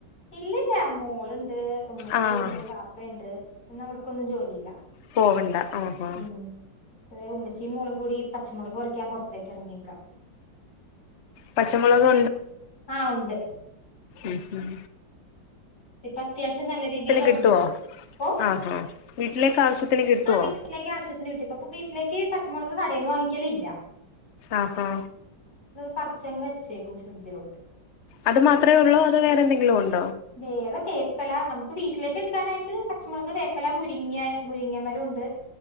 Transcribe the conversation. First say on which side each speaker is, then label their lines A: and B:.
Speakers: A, on the left (about 50°); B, on the left (about 70°).
A: ഇല്ലല്ല മോളുണ് ട് ഉമ്മച്ചിയുണ്ട്
B: ആഹ്
A: വാപ്പയുണ്ട്. ഇന്ന് അവർക്കൊന്നും ജോലിയില്ല.
B: പോവണ്ട ആഹാ
A: ഉം. പി ഉമ്മച്ചിയും മോളും കൂടി പച്ചമുളക് പറിയ്ക്കാൻ പുറത്തേക്ക് ഇറങ്ങിയേക്ക.
B: പച്ചമുളക്
A: ആഹ് ഉണ്ട്.
B: ഉം ഹും.
A: ഇപ്പ അത്യാവശ്യം നല്ല രീതിയില്
B: കിട്ടുവോ
A: ഉണ്ട്. ഓ
B: ആഹാ വീട്ടിലേക്ക് ആവശ്യത്തിന് കിട്ടുവോ
A: ആ വീട്ടിലേക്ക് ആവശ്യത്തിന് കിട്ടി പ്പ വീട്ടിലേക്ക് പച്ചമുളക് കടയിൽന്ന് വാങ്ങിക്കലില്ല.
B: ആഹാ
A: പർച്ചങ്ങ് വെച്ചേക്കും ഫ്രിഡ്ജിലോട്ട്.
B: അത് മാത്രമേ ഉള്ളൂ അത് വേറെന്തെങ്കിലും ഉണ്
A: വേറെ വേപ്പല നമുക്ക് വീട്ടിലേക്ക് എടുക്കാനായിട്ട് പച്ചമുളക് വേപ്പല മുരിങ്ങ മുരിങ്ങ മരം ഉണ്ട്.